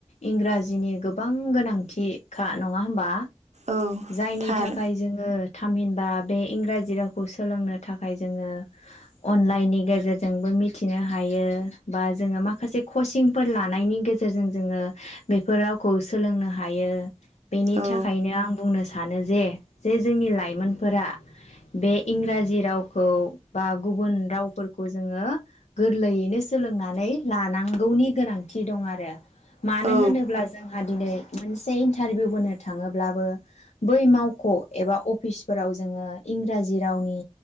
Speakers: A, on the left (about 85°); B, on the right (about 90°).
A: इंराजिनि गोबां गोनांथिखा नङा होनबा
B: औ
A: जायनि
B: थार
A: थाखाय जोङो थामहिनबा बे इंराजि रावखौ सोलोंनो थाखाय जोङो अनलाइननि गेजेरजोंबो मिथिनो हायो बा जोङो माखासे कचिंफोर लानायनि गेजेरजों जोङो बेफोर रावखौ सोलोंनो हायो। बेनि
B: औ
A: थाखायनो आं बुंनो सा सानो जे जे जोंनि लाइमोनफोरा बे इंराजि रावखौ बा गुबुन रावफोरखौ जोङो गोरलैयैनो सोलोंनानै लानांगौनि गोनांथि दं आरो मानो
B: औ
A: होनोब्ला जोंहा दिनै मोनसे इन्टारभिउ होनो थाङोब्लाबो बै मावख' एबा अफिसफोराव जोङो इंराजि रावनि